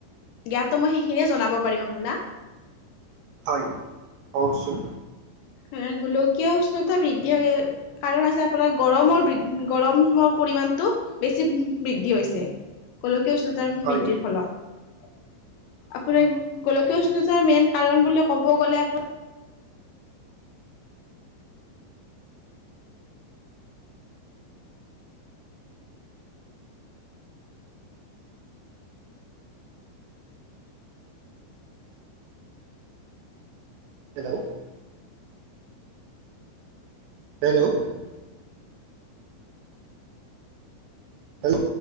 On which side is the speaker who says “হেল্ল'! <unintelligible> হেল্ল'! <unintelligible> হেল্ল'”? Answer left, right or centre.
Right